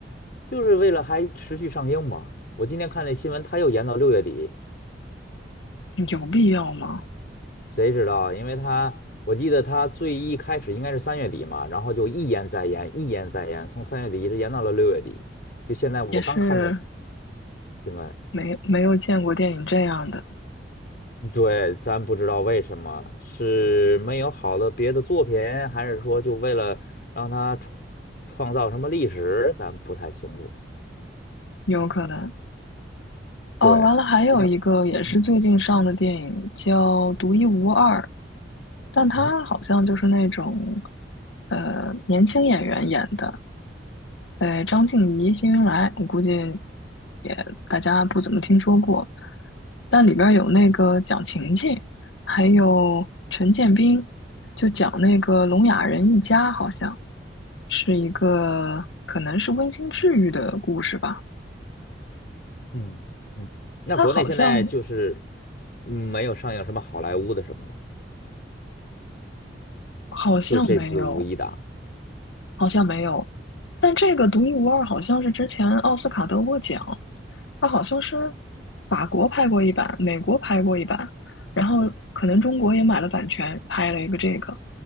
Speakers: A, on the left; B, on the left.
A: 就是为了还持续上映嘛。我今天看那新闻，它又延到六月底，
B: 有必要吗？
A: 谁知道？因为它我记得它最一开始应该是三月底嘛，然后就一延再延，一延再延，从三月底一直延到了六月底。就现在我刚看的
B: 也是
A: 新闻，
B: 没没有见过电影这样的，
A: 对，咱不知道为什么，是没有好的别的作品，还是说就为了让他创创造什么历史，咱不太清楚。
B: 有可能。哦，
A: 对，
B: 完了，还有一个也是最近上的电影叫《独一无二》，
A: 肯定，嗯
B: 但它好像就是那种
A: 嗯
B: 呃年轻演员演的，对，张静怡《辛云来》，我估计也大家不怎么听说过，但里边儿有那个蒋勤勤，还有陈建斌，就讲那个聋哑人一家，好像是一个可能是温馨治愈的故事吧。
A: 嗯嗯。那国内现在就是
B: 他好像
A: 嗯没有上映什么好莱坞的什么的吗？
B: 好像没有，
A: 就这次五一档。
B: 好像没有，但这个独一无二，好像是之前奥斯卡得过奖，它好像是法国拍过一版，美国拍过一版，然后可能中国也买了版权，拍了一个这个。